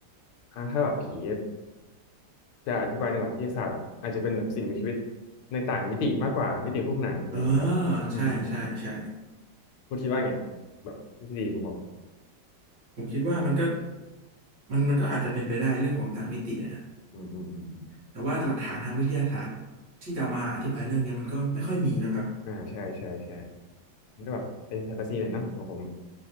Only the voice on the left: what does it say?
อ่าถ้าแบบผี จะอธิบายในหลักวิทยาศาสตร์อาจจะเป็นแบบสิ่งมีชีวิตในต่างมิติมากกว่ามิติคู่ขนานอะไรอย่างเงี้ยครับอืมอืม
คุณคิดว่าไงแบบทฤษฎีของผม
อืมอืมอืมอม
อ่าใช่ใช่ใช่มันก็แบบเป็นแฟนตาซีหน่อยเนอะของผม